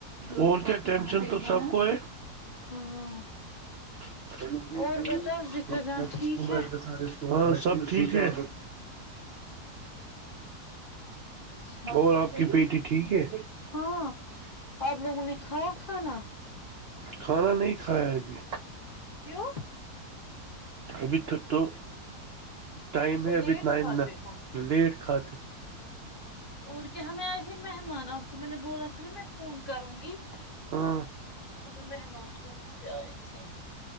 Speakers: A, on the right (about 80°); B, on the left (about 40°).
A: اور کیا ٹینشن تو سب کو ہے
B: ہاں
A: <unintelligible>
B: اور بتاؤ ذکر جان ٹھیک ہے
A: وہاں سب ٹھیک ہے
B: اچھا
A: اور آپ کی بیٹی ٹھیک ہے
B: ہاں آپ لوگوں نے کھایا کھانا
A: کھانا نہیں کھایا ہے ابھی
B: کیوں
A: ابھی ٹھٹ تو ٹائم
B: اچھا
A: ہے ابھی
B: لیٹ
A: ٹائم
B: کھاتے
A: نہ
B: ہو
A: لیٹ کھاتے
B: اور کیا ہمیں آئے تھے مہمان آپ کو میں نے بولا تھا نا میں فون کروں گی
A: ہاں
B: ہمیں مہمان تھوڑے سے آئے تھے